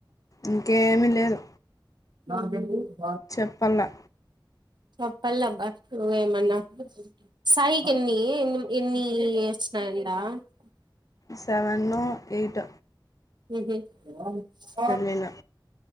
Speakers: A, on the left (about 45°); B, on the right (about 60°).
A: ఇంకేమి లేదు
B: న <inaudible>
A: చెప్పాల
B: చెప్పాలబ నువేమన్నా సాయికెన్ని ఎన్ని ఎన్ని యోచన ఇంట <unintelligible>
A: సెవెను ఎయిట్
B: ఉహ్ ఉ
A: పెళ్ళిళ్ళు